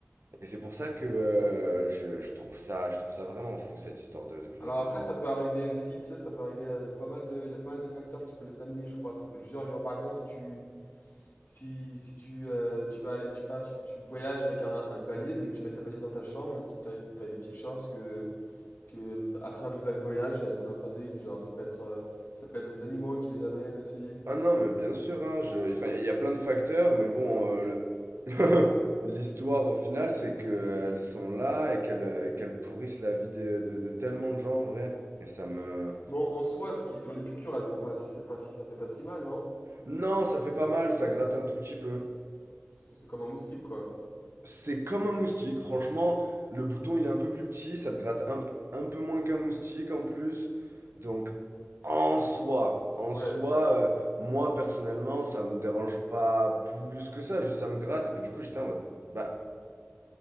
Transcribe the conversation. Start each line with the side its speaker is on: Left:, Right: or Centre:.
Right: Et c'est pour ça que euh, je, je trouve ça, je trouve ça vraiment fou, cette histoire de, de punaise
Left: Alors après,
Right: de lit.
Left: ça peut arriver aussi, tu sais, ça peut arriver à pas mal de il y a pas mal de facteurs qui peut les amener, je crois. Ça peut être genre genre, par exemple, si tu si si tu, heu, tu vas aller tu pars tu tu voyages avec un une valise et que tu mets ta valise dans ta chambre, t'as as des petites chances que que à travers le va voyage, tu en as croisé une. Genre, ça peut être, heu, ça peut être les animaux qui les amènent aussi.
Right: Ah non, mais bien sûr, hein, je, enfin, il y a plein de facteurs, mais bon, euh, le- <laughs> l'histoire au final, c'est qu'elles sont là et qu'elles euh, et qu'elles pourrissent la vie de, de, de tellement de gens en vrai. Et ça me...
Left: Bon, en soi, ce qui alors les piqûres, elles font pas c'est pas si ça fait pas si mal, non?
Right: Non, ça fait pas mal, ça gratte un tout petit peu.
Left: C'est comme un moustique, quoi.
Right: C'est comme un moustique, franchement. Le bouton, il est un peu plus petit, ça te gratte un, un peu moins qu'un moustique en plus. Donc, en soi, en
Left: Ouais.
Right: soi, euh, moi personnellement, ça me dérange pas plus que ça. Juste, ça me gratte. Et puis, du coup, j'étais en mode, bah,